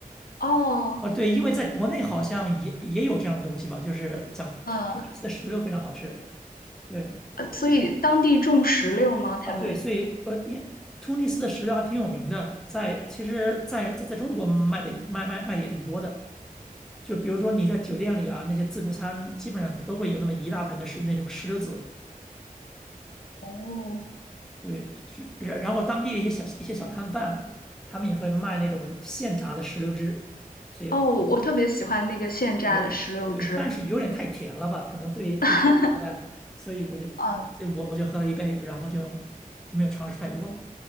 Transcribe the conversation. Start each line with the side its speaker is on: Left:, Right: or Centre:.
Left: 哦，
Centre: 哦，对，因为在国内好像也也有这样的东西吧，就是讲突突尼斯的石榴非常好吃。
Left: 嗯，
Centre: 对，
Left: 呃所以当地种石榴吗？他们？
Centre: 啊，对，所以呃，因突尼斯的石榴还挺有名的，在其实在，在在中国卖的卖卖卖的也挺多的。就比如说你在酒店里啊，那些自助餐基本上都会有那么一大盆的石那种石榴籽。
Left: 哦，
Centre: 对，是然然后当地的一些小一些小摊贩，他们也会卖那种现榨的石榴汁，所以
Left: 哦，我特别喜欢那个现榨的石榴汁。
Centre: 对对，但是有点太甜了吧，可能对对血糖不太好，
Left: <laughs>
Centre: 所以我就所以我我就喝了一杯，
Left: 嗯，
Centre: 然后就就没有尝试太多了。